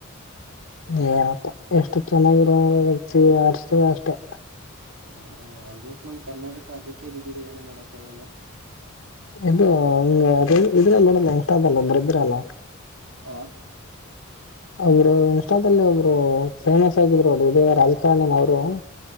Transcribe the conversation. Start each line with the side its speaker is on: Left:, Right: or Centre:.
Left: ಏನಪ್ಪಾ ಎಷ್ಟು ಚೆನ್ನಾಗಿರೋವಿ ಆಡ್ಸತ ಅಷ್ಟೆ
Right: ಹ ಆಲ್ಮೋಸ್ಟ್ ನಮ್ ಕರ್ನಾಟಕ ಅದಕ್ಕೆ ಬಿದ್ದಿದೆ ಏನೋ ಮಾಡಕ್ಕ ಆಗಲ್ಲ
Left: ಇದು ಹ ಇದ್ರ ನೋಡಲ್ಲ ಇಸ್ ಅದಲ್ಲ ಒಂದ್ರೆ ಇದ್ರ ಅಲ್ಲ
Right: ಹಾ
Left: ಅವರು ಇನ್ಸ್ಟಾದಲ್ಲಿ ಒಬ್ರು ಫೇಮಸ್ ಆಗಿದ್ರು ನಡಿ ಇಡೀ ರಾಜಕಾರಣನ್ ಅವರು